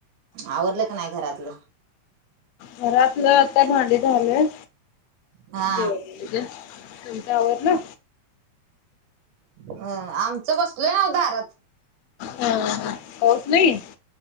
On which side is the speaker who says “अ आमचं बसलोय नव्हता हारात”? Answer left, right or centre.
Right